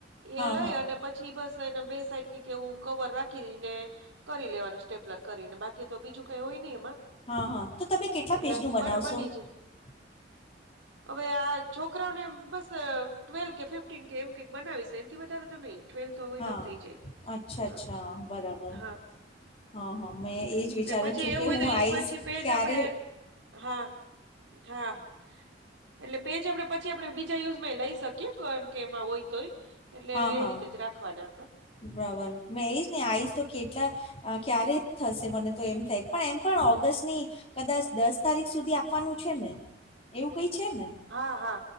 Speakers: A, on the left; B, on the right.
A: હા
B: એ લય
A: હા
B: અને પછી બસ એને બે સાઈડ કે એવું કવર રાખીને કરી લેવાનું છે. સ્ટેપલર કરીને બાકી તો બીજું કઈ હોય નહી એમાં
A: હા હા તો તમે કેટલા
B: એટલે
A: પેજનું બનાવશો
B: બની જાય
A: <inaudible>
B: હવે આ છોકરાઓને બસ ટ્વેલ કે ફિફ્ટન કે એમ કે બનાવી છે એનાથી વધારે તો નહી. ટ્વેલ તો ઈનફ
A: હા
B: થઈ જાય
A: અચ્છા
B: હા
A: અચ્છા બરાબર
B: હા.
A: હા હા મેં
B: ઓકે
A: એ જ વિચારું
B: તો પછી
A: છું
B: એવું
A: કે
B: હોય
A: હું
B: તો એની
A: આવીશ
B: પછી પેજ
A: ક્યારે
B: આપડે હા. હા એટલે પેજ આપડે પછી આપડે બીજા યુઝમાં લઈ શકીએ. એમ કે એમાં હોય તો હોય એટલે
A: હા
B: એ
A: હા
B: રીતે જ રાખવાના
A: બરાબર મેઈજ ને આઈશ તો કેટલા અ ક્યારે થશે મને તો એમ થાય પણ એમ પણ ઓગસ્ટની કદાચ દસ તારીખ સુધી આપવાનું છે ને એવું કઈ છે ને?
B: હા હા